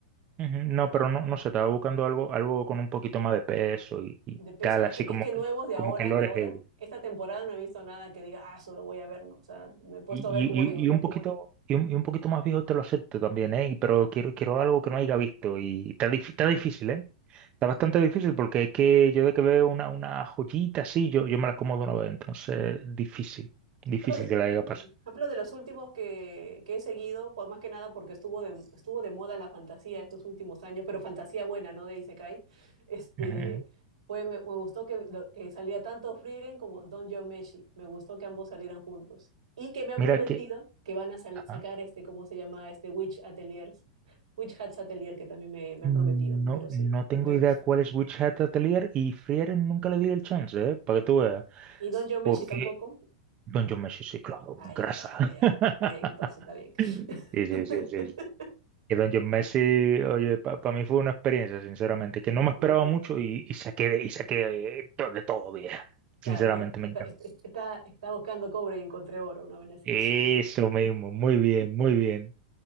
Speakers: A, on the right; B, on the right.
A: ujú. No, pero no, no sé, estaba buscando algo, algo con un poquito más de peso y, y
B: De peso,
A: tal,
B: es
A: así
B: que,
A: como
B: es que
A: que,
B: nuevos de
A: como
B: ahora,
A: que lore
B: de ahora,
A: heavy.
B: esta temporada no he visto nada que diga, ah, solo voy a ver, ¿no? O sea, me he puesto
A: Y,
B: a ver, como
A: y-
B: digo,
A: y- y un poquito, y un, y un poquito más viejo te lo acepto también, ¿eh? Y- Pero quiero, quiero algo que no haya visto. Y está, dif- está difícil, ¿eh? Está bastante difícil porque es que yo de que veo una, una joyita así, yo, yo me las como de una vez. Entonces, difícil. Difícil
B: ejemplo, de,
A: que la haya pasado.
B: por ejemplo, de los últimos que, que he seguido, pues más que nada porque estuvo de, estuvo de moda la fantasía estos últimos años, pero fantasía buena, ¿no? De Isekai. Este,
A: Ujú, ujú.
B: fue, me, me gustó que, lo- que salía tanto Frieren como Don John Meshi. Me gustó que ambos salieran juntos. Y que me han
A: Mira
B: prometido
A: Sí. que
B: que van a sal-
A: ajá,
B: sacar este, ¿cómo se llama? Este Witch Ateliers. Witch Hats Atelier, que también me, me
A: no,
B: han prometido, pero sí.
A: no tengo
B: Pues,
A: idea cuál es Witch Hat Atelier y Frieren nunca le di el chance, ¿eh? Para que tú veas.
B: ¿Y Don John
A: Porque
B: Meshi tampoco?
A: Don John Messi, sí, claro,
B: Ah,
A: con
B: ya,
A: grasa.
B: claro, ya.
A: <laughs>
B: Está bien, entonces, está bien.
A: Sí, sí,
B: <laughs>
A: sí, sí. Que Don John Messi, oye, para mí fue una experiencia, sinceramente, que no me esperaba
B: Sí,
A: mucho y, y saqué, de- y saqué eh, to- de todo, vieja. Sinceramente,
B: Claro, no,
A: me
B: está,
A: encanta.
B: está, está buscando cobre y encontré oro, una buena así.
A: Eso mismo, muy bien, muy bien.